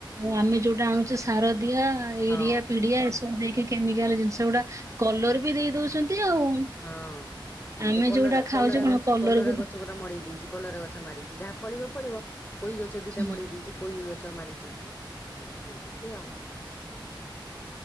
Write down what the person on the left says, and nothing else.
ହଁ
ହଁ,
ଏ କଲରା
କଲରା
ଗଛ
କଲରା
ଗଛ ଗୋଟେ ମଡେଇ ଦେଇଛି କଲରା ଗଛ ମାଡିଛି ଯାହା ଫଳିବ ଫଳିବ ପୋଇ ଗଛ ଦିଟା
ମଡେଇ ଦେଇଚି ପୋଇ ଗଛ ମାଡିଛି ହୁଁ ଏମିତି ଆଉ।